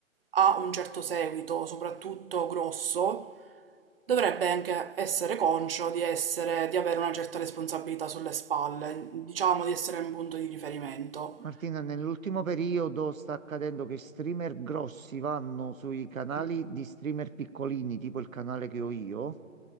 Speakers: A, on the right; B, on the right.
A: ha un certo seguito, soprattutto grosso, dovrebbe anche essere conscio di essere, di avere una certa responsabilità sulle spalle, diciamo di essere un punto di riferimento.
B: Martina, nell'ultimo periodo sta accadendo che streamer grossi vanno sui canali
A: Mm.
B: di streamer piccolini, tipo il canale che ho io,